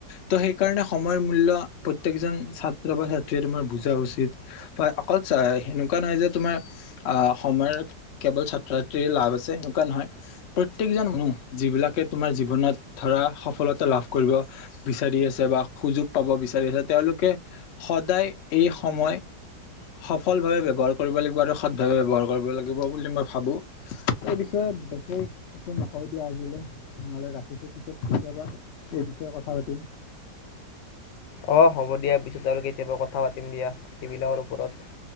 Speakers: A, on the left; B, on the left.
A: ত' সেইকাৰণে সময়ৰ মূল্য প্ৰত্যেকজন ছাত্ৰ বা ছাত্ৰীয়ে তোমাৰ বুজা উচিত বা অকল সেনেকুৱা নহয় যে তোমাৰ আহ সময়ত কেৱল ছাত্ৰ-ছাত্ৰীৰ লাভ আছে, এনেকুৱা নহয়। প্ৰত্যেকজন মানুহ যিবিলাকে তোমাৰ জীৱনত ধৰা সফলতা লাভ কৰিব বিচাৰি আছে বা সুযোগ পাব বিচাৰি আছে তেওঁলোকে সদায় এই সময় সফল ভাৱে ব্যৱহাৰ কৰিব লাগিব আৰু সৎভাৱে বব্যৱহাৰ কৰিব লাগিব বুলি মই ভাবো। এই বিষয়ে বিশেষ একো নকওঁ দিয়া আজিলে নহলে ৰাখিছো। পিছত কেতিয়াবা এই বিষয়ে কথা পাতিম।
B: অ' হ'ব দিয়া। পিছত আৰু কেতিয়াবা কথা পাতিম দিয়া এই বিলাকৰ ওপৰত।